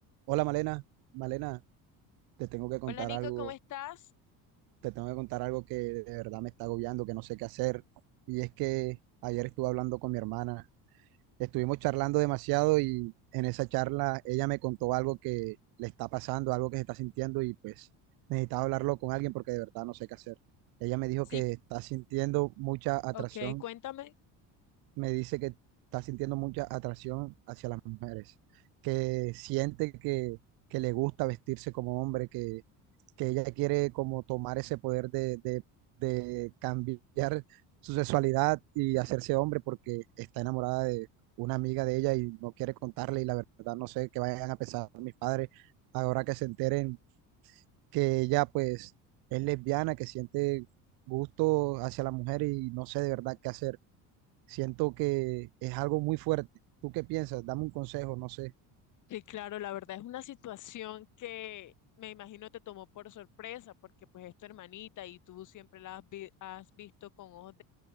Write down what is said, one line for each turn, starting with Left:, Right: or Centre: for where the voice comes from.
Right: Hola Malena, Malena, te tengo que contar
Left: Hola Nico,
Right: algo,
Left: ¿cómo estás?
Right: te tengo que contar algo que de verdad me está agobiando, que no sé qué hacer. Y es que ayer estuve hablando con mi hermana, estuvimos charlando demasiado y en esa charla ella me contó algo que le está pasando, algo que se está sintiendo y pues necesitaba hablarlo con alguien porque de verdad no sé qué hacer. Ella me dijo
Left: Sí,
Right: que está sintiendo mucha atracción
Left: ok, cuéntame.
Right: me dice que está sintiendo mucha atracción hacia las mujeres, que siente que, que le gusta vestirse como hombre, que, que ella quiere como tomar ese poder de, de- de cambiar su sexualidad y hacerse hombre porque está enamorada de una amiga de ella y no quiere contarle y la verdad no sé qué vayan a pensar mis padres ahora que se enteren que ella pues es lesbiana, que siente gusto hacia la mujer y no sé de verdad qué hacer. Siento que es algo muy fuerte. ¿Tú qué piensas? Dame un consejo, no sé.
Left: Sí, claro, la verdad es una situación que me imagino te tomó por sorpresa, porque pues es tu hermanita y tú siempre la has, vi- has visto con ojos